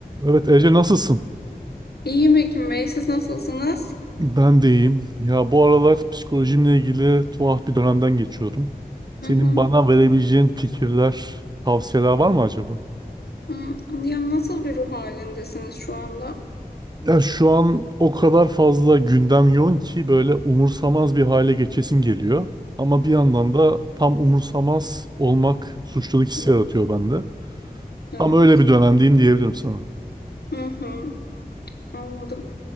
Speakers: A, on the right; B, on the left.
A: Evet Ece nasılsın?
B: İyiyim Ekim Bey, siz nasılsınız?
A: Ben de iyiyim. Ya bu aralar psikolojimle ilgili tuhaf bir dönemden geçiyorum. Senin
B: Hı hı.
A: bana verebileceğin fikirler, tavsiyeler var mı acaba?
B: Hı. Ya nasıl bir ruh halindesiniz şu anda?
A: Ya şu an o kadar fazla gündem yoğun ki böyle umursamaz bir hale geçesim geliyor. Ama bir yandan da tam umursamaz olmak suçluluk hissi
B: Hı.
A: yaratıyor bende.
B: Evet.
A: Tam öyle bir dönemdeyim diyebilirim sana.
B: Hı hı. Anladım.